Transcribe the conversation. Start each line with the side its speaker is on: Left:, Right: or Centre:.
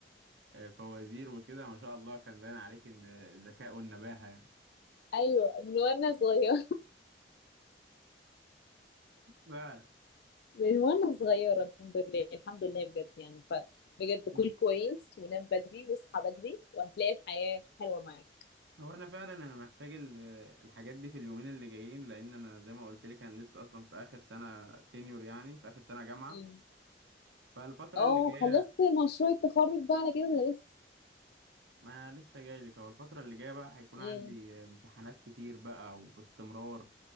Right: آه، فوازير وكده ما شاء الله كان باين عليكي ان الذكاء والنباهة يعني
Left: أيوة من وأنا صغيرة
Right: فعلا
Left: من وانا صغيرة الحمد لله الحمد لله بجد يعني ف بجد كل
Right: مم.
Left: كويس ونام بدري واصحى بدري وهتلاقي الحياة حلوة معاك
Right: هو انا فعلا انا محتاج ال- الحاجات دي في اليومين اللي جايين لان انا زي ما قلت لك انا لسه اصلا في اخر سنة سينيور يعني في اخر سنة جامعة
Left: أمم.
Right: فالفترة
Left: اه
Right: اللي جاية
Left: خلصت مشروع التخرج بقى على كده ولا لسه
Right: ما لسه جاي لك هو الفترة اللي جاية بقى هيكون
Left: امم
Right: عندي امتحانات كتير بقى وباستمرار